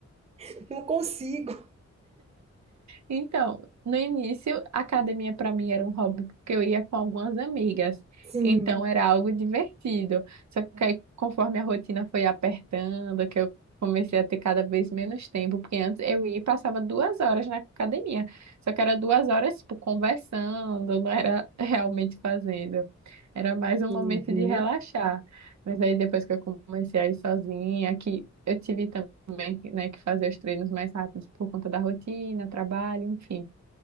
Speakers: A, on the right (about 20°); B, on the right (about 70°).
A: <laughs> Não consigo.
B: Então, no início, a academia para mim era um hobby porque eu ia com algumas amigas.
A: Sim.
B: Então era algo divertido. Só que aí, conforme a rotina foi apertando, que eu comecei a ter cada vez menos tempo, porque antes eu ia e passava duas horas na academia. Só que era duas horas, tipo, conversando, não era <laughs> realmente fazendo. Era mais um
A: Uhum,
B: momento de relaxar. Mas aí depois que eu comecei a ir sozinha, que eu tive também, né, que fazer os treinos mais rápidos por conta da rotina, trabalho, enfim.